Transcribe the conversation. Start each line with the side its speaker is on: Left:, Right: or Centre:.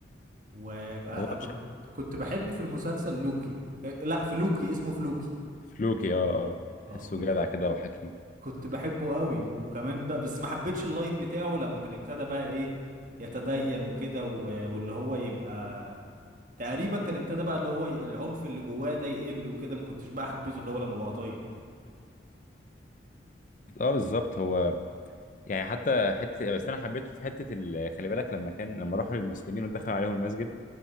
Right: وكنت
Left: هو مش عارف.
Right: كنت بحب في المسلسل لوكي آه، لا في لوكي اسمه فلوكي
Left: فلوكي اه اه تحسه
Right: اه كنت
Left: جدع كده وحكيم
Right: كنت بحبه قوي وكمان بقى بس ما حبيتش اللاين بتاعه لما كان ابتدى بقى ايه يتدين وكده و- واللي هو يبقى تقريبا كان ابتدى بقى اللي هو ي- العنف اللي جواه ده يقل وكده ما كنتش بقى حبيته اللي هو لما بقى طيب
Left: اه بالظبط هو يعني حتى حته بس انا حبيته في حته ال... خلي بالك لما كان لما راحوا للمسلمين ودخل عليهم المسجد